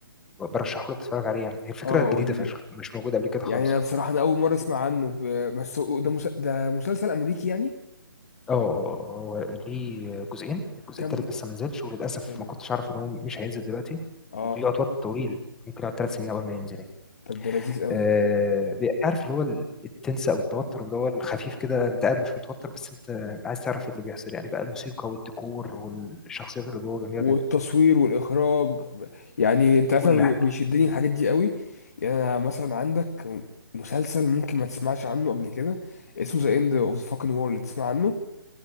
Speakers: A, in the centre; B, on the left (about 45°).
A: برشحه لك تتفرج عليه يعني هي فكره
B: اه قول
A: جديده
B: لي
A: فشخ
B: ليه
A: مش موجوده قبل كده
B: يعني
A: خالص
B: انا
A: يعني
B: بصراحه انا اول مره اسمع عنه ب... بس هو- ده
A: مم.
B: مس... ده مسلسل امريكي يعني
A: اه آه، آه، هو ليه جزئين الجزء
B: كم
A: التالت لسه ما نزلش وللاسف
B: حلو
A: ما كنتش اعرف ان هو مش هينزل دلوقتي
B: اه
A: وبيقعد وقت طويل ممكن يقعد ثلاث سنين قبل ما ينزل يعني
B: طب ده لذيذ قوي
A: آه بي- عارف اللي هو ال- التنس او التوتر اللي هو الخفيف كده انت قاعد مش متوتر بس انت عايز تعرف إيه اللي بيحصل يعني بقى الموسيقى والديكور والشخصيات اللي جوه جميله
B: والتصوير
A: جدا
B: والاخراج ب- يعني انت
A: كل
B: عارف أنا بي-
A: حاجه
B: بيشدني الحاجات دي قوي يعني انا مثلا عندك مسلسل ممكن ما تسمعش عنه قبل كده اسمه ذا اند اوف ذا فاكن وورلد تسمع عنه